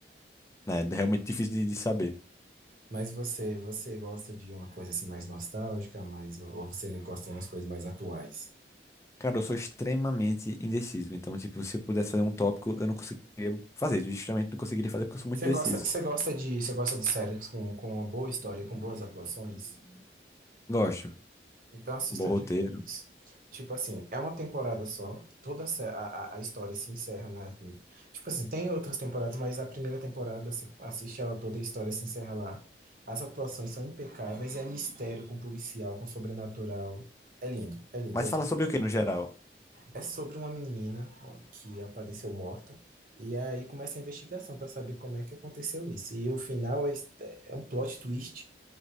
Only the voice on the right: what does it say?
Mas você, você gosta de uma coisa assim mais nostálgica, mais ou ou você gosta de umas coisas mais atuais?
Você
gosta, você gosta de, você gosta de séries com, com uma boa história, com boas atuações?
Então assista
Twin Peaks. Tipo assim, é uma temporada só, toda a, se- a, a- a história se encerra na. Tipo assim, tem outras temporadas, mas a primeira temporada, você assiste ela toda, a história se encerra lá. As atuações são impecáveis, é mistério com policial, com sobrenatural. É lindo, é lindo,
é lindo.
É sobre uma menina ó, que apareceu morta, e aí começa a investigação para saber como é que aconteceu isso. E o final é, é um plot twist,